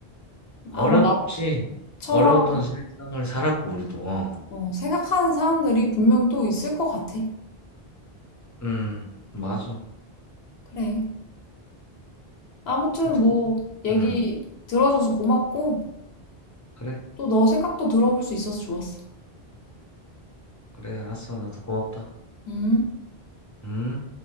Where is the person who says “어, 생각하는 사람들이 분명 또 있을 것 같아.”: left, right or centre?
Left